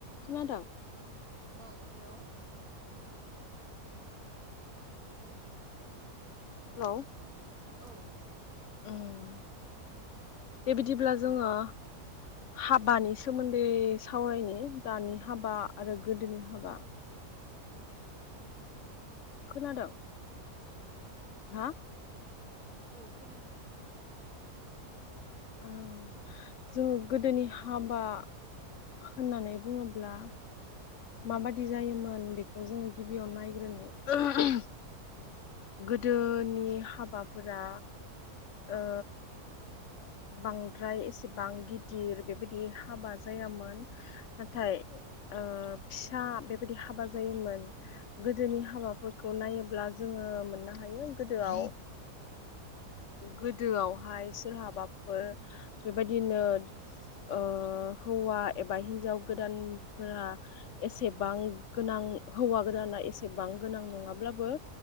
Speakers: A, on the left; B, on the right.
A: खोनादों?
B: औ hello.
A: Hello.
B: औ
A: ओम बेबिदिब्ला जोङो हाबानि सोमोन्दै सावरायनि दानि हाबा आरो गोदोनि हाबा
B: औ
A: खोनादों? हा?
B: औ खोनादों।
A: ओ जोङो गोदोनि हाबा होननानै बुङोब्ला माबादि जायोमोन बेखौ जोङो गिबियाव नायग्रोनि गोदोनि हाबाफोरा ओ बांद्राय एसेबां गिदिर बेबायदि हाबा जाय यामोन नाथाय ओ फिसा बेबायदि हाबा जायोमोन गोदोनि हाबाफोरखौ नायोब्ला जोङो मोननो हाय यो गोदोआव
B: <inaudible>
A: गोदोआवहाय सोरहाबाफोर बेबायदिनो ओ हौवा एबा हिन्जाव गोदानफोरा एसेबां गोनां उम हौवा गोदाना एसेबां गोनां नङाब्लाबो